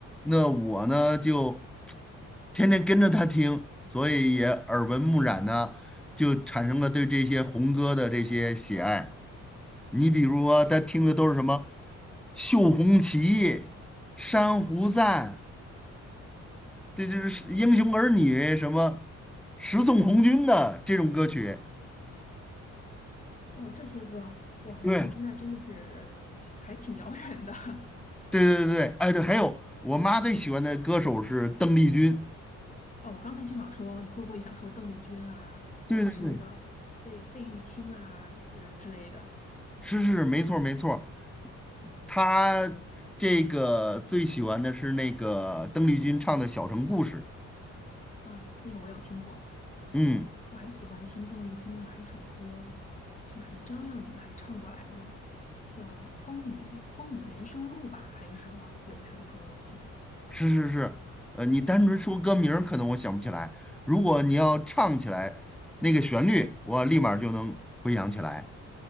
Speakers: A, in the centre; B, on the left.
A: 那我呢就天天跟着她听，所以也耳闻目染呢，就产生了对这些红歌的这些喜爱。你比如说，她听的都是什么《绣红旗》《珊瑚赞》，这就是《英雄儿女》什么《十送红军》的这种歌曲。
B: 哦，这些歌，哇，那真那真的是，
A: 对
B: 呃还挺遥远的。<laughs>
A: 对对对，哎对，还有我妈最喜欢的歌手是邓丽君，
B: 哦，我刚才就想说，你会不会想说邓丽君啊，
A: 对对对，
B: 或者是那个费费玉清啊，呃之类的
A: 是是没错没错他这个最喜欢的是那个邓丽君唱的《小城故事》。
B: 啊？那个我有听过，
A: 嗯，
B: 我还喜欢听邓丽君哪一首歌，就是张靓颖还唱过来着，叫《风雨风雨人生路》吧，还是什么？有一首歌我记得。
A: 是是是，呃，你单纯说歌名儿可能我想不起来，如果你要唱起来那个旋律，我立马儿就能回想起来。